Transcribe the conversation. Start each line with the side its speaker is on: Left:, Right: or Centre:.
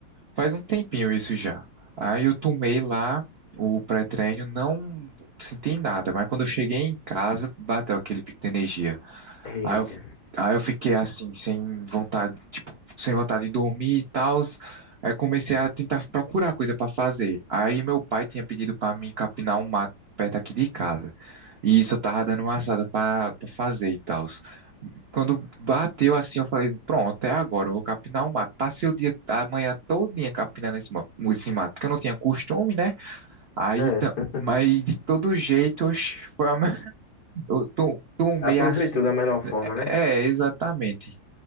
Right: Faz um tempinho isso já. Aí eu tomei lá o pré-treino, não senti nada, mas quando eu cheguei em casa, bateu aquele pico de energia.
Left: Eita.
Right: Aí eu, aí eu fiquei assim, sem vontade, tipo, sem vontade de dormir e tal. Aí comecei a tentar procurar coisa para fazer. Aí meu pai tinha pedido para mim capinar um mato perto aqui de casa. E isso eu tava dando uma assada para fazer e tal. Quando bateu assim, eu falei, pronto, é agora, eu vou capinar o mato. Passei o dia, a manhã todinha capinando esse, ma- esse mato, porque eu não tinha costume, né? Aí,
Left: É.
Right: ta-
Left: <laughs>
Right: mas de todo jeito, oxe, foi a <laughs> Eu tô, tô um meio
Left: Aproveitou
Right: assim.
Left: da melhor forma,
Right: É,
Left: né?
Right: é, exatamente.